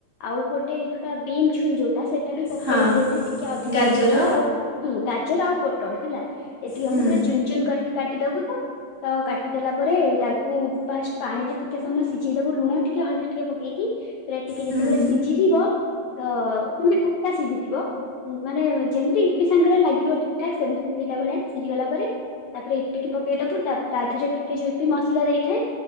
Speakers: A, on the left; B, on the right.
A: ଆଉ ଗୋଟେ ଯୋଉଟା ବିମ୍ ଛୁଇଁ ଯୋଉଟା ସେ ଟା ବି ପକାଇ
B: ହଁ
A: ଦିଅନ୍ତି, ଟିକେ ଅଧିକ
B: ଗାଜର
A: ସିଝେଇ ଦେଇକି, ଆଉ ହଁ ଗାଜର ଆଉ ପୋଟଳ ହେଲା। ଏତିକଙ୍କୁ
B: ହୁଁ
A: ପୁରା ଚୁନ୍ ଚୁନ୍ କରିକି କାଟିଦବୁ ତ, ତ କାଟିଦେଲା ପରେ ତା କୁ ଫାଷ୍ଟ ପାଣି ରେ ଟିକେ ସମୟ ସିଝେଇଦବୁ ଲୁଣ ଟିକେ, ହଲଦୀ ଟିକେ ପକେଇକି। ସେଟା ଟିକେ
B: ହୁଁ।
A: ଯେତେବେଳେ ସିଝିଯିବ, ତ ଗୋଟା ସିଝିଥିବ ମାନେ ଯେମିତି ଇପି ସାଙ୍ଗରେ ଲାଗିବ ଠିକ୍ ଠାକ୍, ସେମିତି ସିଝିଲା ଭଳିଆ ସିଝିଗଲା ପରେ ତାପରେ ଇପିକି ପକେଇ ଦବୁ, ତା ତା ଦେହରେ ଟିକେ ଯଉ ଇପି ମସଲା ଦେଇଥାଏ